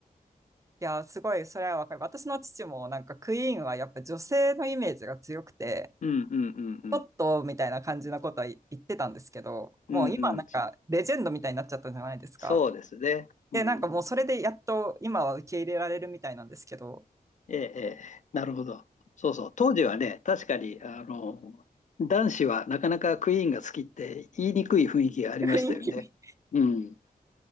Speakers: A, on the right (about 20°); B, on the left (about 50°).
A: いや、すごい、それはわかる。私の父もなんかクイーンはやっぱ女性のイメージが強くて、
B: うんうんうんうん。
A: ちょっとみたいな感じのことは言ってたんですけど、
B: うんうん。
A: もう今なんかレジェンドみたいになっちゃったじゃないですか。
B: そうですね。
A: で、
B: うん。
A: なんかもうそれでやっと今は受け入れられるみたいなんですけど、
B: ええ、ええなるほど。そうそう。当時はね、確かに、あの、男子はなかなかクイーンが好きって言いにくい雰囲気がありましたよね。
A: <laughs> 雰囲気。
B: うん。